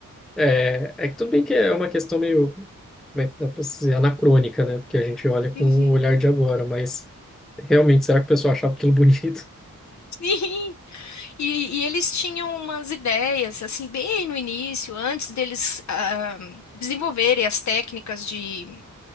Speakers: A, in the centre; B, on the left.
A: É, é que tudo bem que é uma questão meio, como é que dá para dizer, anacrônica, né? Porque a gente olha com
B: uhum.
A: o olhar de agora, mas realmente, será que o pessoal achava aquilo bonito? <laughs>
B: Sim. E, e eles tinham umas ideias, assim, bem no início, antes deles ah, desenvolverem as técnicas de